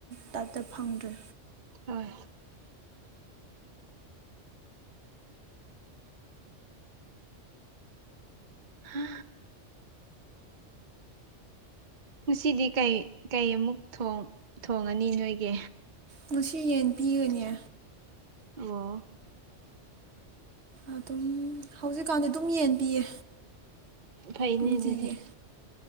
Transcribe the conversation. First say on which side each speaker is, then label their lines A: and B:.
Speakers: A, on the right; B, on the right.
A: ꯇꯥꯏꯞꯇ ꯐꯪꯗ꯭ꯔꯦ
B: ꯍꯣꯏ ꯍꯥ <inaudible> ꯉꯁꯤꯗꯤ ꯀꯩ ꯀꯩ ꯑꯃꯨꯛ ꯊꯣꯡꯉꯅꯤ ꯅꯣꯏꯒꯤ
A: ꯉꯁꯤ ꯌꯦꯟ ꯄꯤꯒꯅꯦ
B: ꯑꯣ
A: ꯑꯗꯨꯝ ꯍꯧꯖꯤꯛꯀꯥꯟꯗꯤ ꯑꯗꯨꯝ ꯌꯦꯟ ꯄꯤꯌꯦ
B: ꯐꯩꯅꯦ
A: ꯅꯨꯡꯇꯤꯒꯤ
B: ꯑꯗꯨꯗꯤ